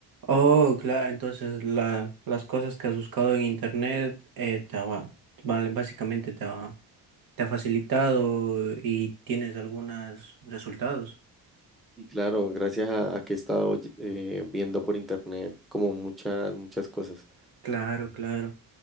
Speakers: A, on the right; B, in the centre.
A: Oh, claro, entonces la, las cosas que has buscado en internet eh, te va, vale, básicamente te ha- te ha facilitado y tienes algunos resultados.
B: Y claro, gracias a, a que he estado eh, viendo por internet como muchas, muchas cosas.
A: Claro, claro.